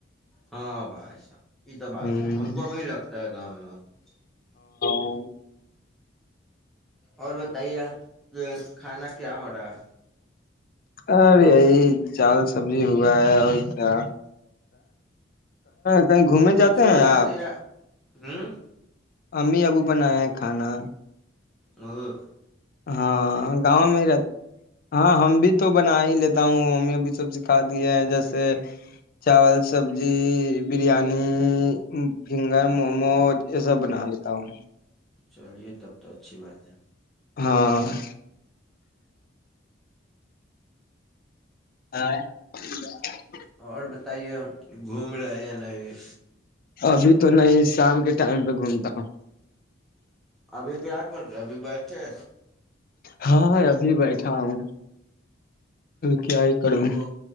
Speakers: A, in the centre; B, on the left.
A: ہاں بھائی صاحب یہ تو بات
B: ہ
A: ہے ہم کوبھی لگتا ہے گا <unintelligible>
B: ہاں <unintelligible>
A: اور بتائیے <unintelligible> کھانا کیا ہو رہا ہے <unintelligible>
B: ار یہی چال سبزی ہوا ہے اور کیا کہیں گھومنے
A: خود
B: جاتے
A: سے
B: ہیں
A: بنائے
B: آپ
A: تھے یا <unintelligible> ہوں <unintelligible>
B: امی ابو بنایا ہے کھانا
A: وہ <unintelligible>
B: ہاں گاؤں میں رہ ہاں ہم بھی تو بنا ہی لیتا ہوں ممی بھی سب سکھا دی ہے جیسے چاول سبزی بریانی فنگر مومو یہ سب بنا لیتا ہوں
A: چلیے تب تو اچھی بات ہے <unintelligible>
B: ہاں <unintelligible> ہ <unintelligible>
A: اور بتائیے گھوم رہے یا نہیں
B: ابھی تو نہیں شام کے ٹائم پہ گھومتا ہوں
A: ابھی کیا کر رہے ابھی بیٹھے
B: ہاں ابھی بیٹھا ہوں کیائی کرو <unintelligible>
A: او